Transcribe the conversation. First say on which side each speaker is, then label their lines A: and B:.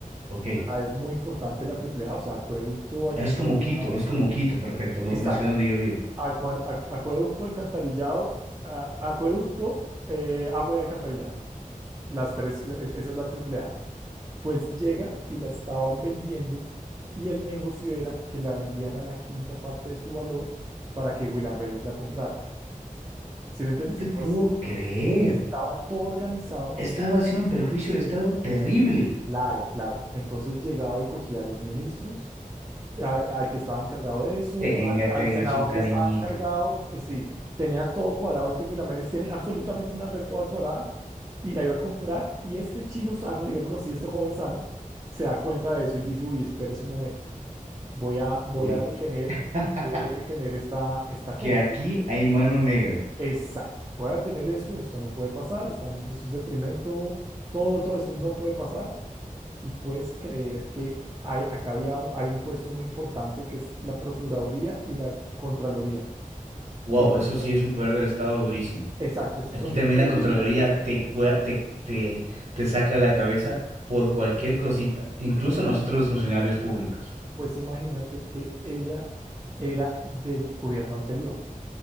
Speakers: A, on the right; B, on the right.
A: ok.
B: O sea, es muy importante la AAA, o sea, acueducto, alcantarillado.
A: Es como Quito, es como
B: eh,
A: Quito, perfecto, do-
B: Exacto.
A: la ciudad donde yo vivo.
B: alcuan- ac- Acueducto, alcantarillado, a- acueducto, eh, agua y alcantarillado. Las tres, la- e- esa es la AAA. Pues llega y la estaban vendiendo y el negocio era que la vendían a la quinta parte de su valor para que William Vélez la comprara. ¿Sí me entiendes?
A: No te
B: Entonces
A: puedo creer.
B: estaba todo organizado.
A: Estaba haciendo un perjuicio al Estado terrible.
B: Claro, claro. Entonces llegaba y cogía a los ministros a- al que estaba encargado de eso,
A: Tenga,
B: al, al
A: tenga
B: Sí. senador
A: su cariñito.
B: que estaba encargado, eh, sí, tenía todo cuadrado, este Guilaménez tiene absolutamente una red toda cuadrada y la iba a comprar y este chino sano, digámoslo así, este joven sano, se da cuenta de eso y dice, uy, espérese un momento, voy a, voy
A: Uy,
B: a detener,
A: <laughs>
B: voy a detener esta, esta compra.
A: que aquí hay mano negra.
B: Exacto, voy a detener esto, esto no puede pasar, están, esto es detrimento, todo, todo esto no puede pasar y puedes creer que hay, acá había un- hay un puesto muy importante que es la Procuraduría y la Contraloría.
A: Wow,
B: Ellos
A: eso sí
B: son-
A: es un poder del Estado durísimo.
B: exacto, esos
A: Aquí
B: son
A: también
B: los que
A: la
B: vigilan.
A: Contraloría te, cua- te, te, te saca la cabeza por cualquier cosita, incluso
B: Exacto.
A: nosotros los funcionarios públicos.
B: Pues imagínate que ella era del gobierno anterior.